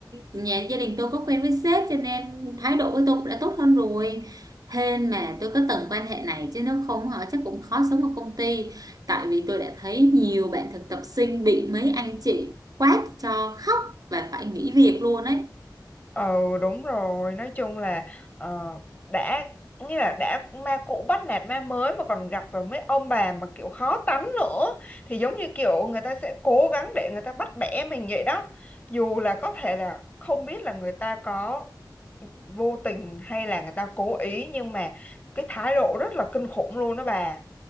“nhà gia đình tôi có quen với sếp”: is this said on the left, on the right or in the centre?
Right